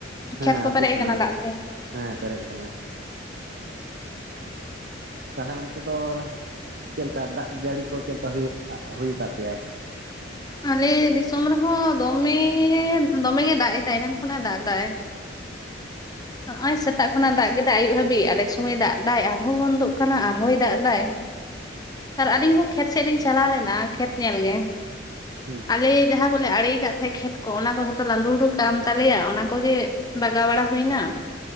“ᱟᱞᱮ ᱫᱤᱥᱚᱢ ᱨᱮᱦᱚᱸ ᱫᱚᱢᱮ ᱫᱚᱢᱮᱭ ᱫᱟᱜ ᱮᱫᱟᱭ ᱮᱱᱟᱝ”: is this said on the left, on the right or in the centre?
Left